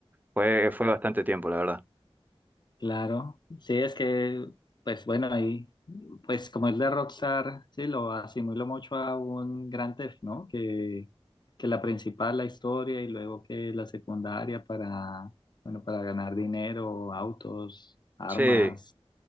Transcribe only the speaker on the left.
Claro. Sí, es que, pues bueno, ahí, pues como es de Rockstar, sí, lo asimilo mucho a un Grand Theft, ¿no? Que, que la principal, la historia, y luego que la secundaria para, bueno, para ganar dinero, autos, armas,